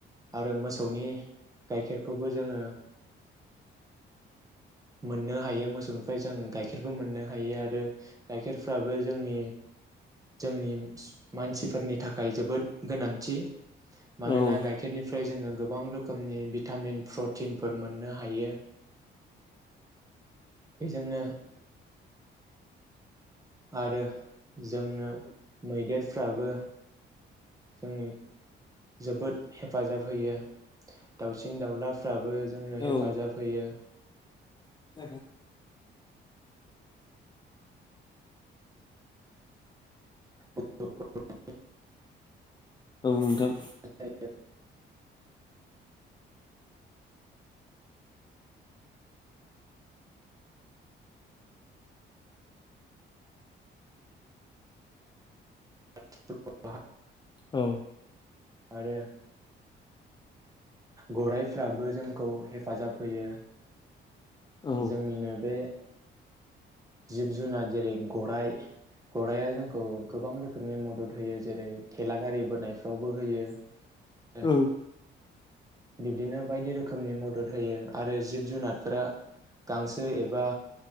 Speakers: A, on the right; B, on the left.
A: आरो मोसौनि गाइखेरखौबो जोङो मोननो हायो मोसौनिफ्राय जों गाइखेरबो मोननो हायो आरो गाइखेरफ्राबो जोंनि जोंनि मानसिफोरनि थाखाय जोबोद गोनांथि मानोना
B: औ
A: गाइखेरनि निफ्राय जोङो गोबां रोखोमनि भिटामिन प्रटिनफोर मोननो हायो बेजोंनो आरो जोंनो मैदेरफ्राबो जोंनि जोबोद हेफाजाब होयो दाउसिन दाउलाफ्राबो जोंनो
B: औ
A: हेफाजाब होयो
B: औ
A: <unintelligible>
B: औ नोंथां
A: थेंक इउ <inaudible>
B: औ
A: आरो गरायफ्राबो जोंखौ हेफाजाब होयो
B: औ
A: जोंनिनो बे जिब जुनार जेरै गराइ गराइआ जोंखौ गोबां रोखोमनि मदद होयो जेरै थेलागारि बोनायफ्रावबो होयो
B: औ
A: बिब्दिनो बायदि रोखोमनि मदद होयो आरो जिब जुनारफोरा गांसो एबा